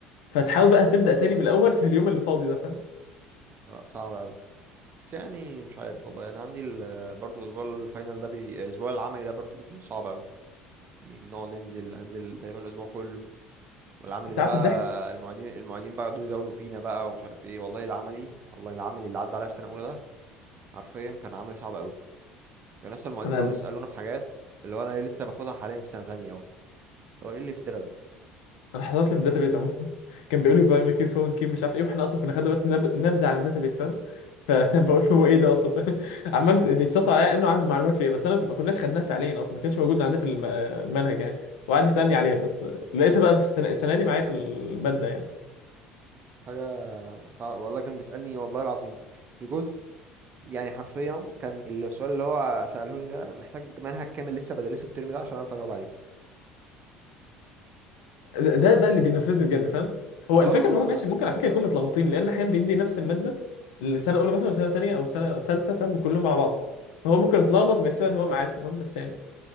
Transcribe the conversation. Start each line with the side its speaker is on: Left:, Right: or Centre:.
Left: فتحاول بقى تبدأ تاني من الأول في اليوم اللي فاضي ده فاهم
Right: لا صعب قوي بس يعني مش عارف والله انا عندي ال- برضو اسبوع الفاينل ده بي... الاسبوع العملي ده برضو بيكون صعب قوي يعني بنقعد ننزل هنزل تقريبا الاسبوع كله والعملي
Left: انت
Right: ده
Left: عارف
Right: بقى
Left: الضحك
Right: المعيدين المعيدين بقى يقعدوا يزاولوا فينا بقى ومش عارف ايه والله العملي والله العملي اللي عدى عليا في سنه اولى ده حرفيا كان عملي صعب قوي يعني لسه المعيدين
Left: انا
Right: بيقعدوا يسالونا في حاجات اللي هو انا ليه لسه باخدها حاليا في سنه تانية اهو اللي هو ايه اللي افترى ده
Left: انا حصلت لي في الداتابيز عموما <laughs> كان بيقول لي باي ماي كي فون كي مش عارف ايه واحنا اصلا كنا خدنا بس نب... نبذه عن الداتابيز فاهم فبقول <laughs> له هو ايه ده اصلا <laughs> فاهم؟ عمال بيتشطر عليا انه عنده معلومات في ايه بس انا ما كناش خدناها فعليا اصلا ما كانش موجود عندنا في الم... المنهج يعني وقعد يسالني عليها بس لقيتها بقى في السنه, السنة دي معايا في الماده يعني
Right: حاجه صعب والله كان بيسالني والله العظيم في جزء يعني حرفيا كان ال- السؤال اللي هو ساله لي ده محتاج منهج كامل لسه بدرسه الترم ده عشان اعرف اجاوب عليه
Left: ده بقى اللي بينفذني بجد فاهم
Right: اه
Left: هو الفكره
Right: اللي هو
Left: ان هو ماشي ممكن على فكره يكون متلخبطين لان احيانا بيدي نفس الماده السنه الاولى مثلا وسنه تانيه او سنه تالته فاهم كلهم مع بعض فهو ممكن يتلخبط وبيحسب ان هو معاكم فاهم بس يعني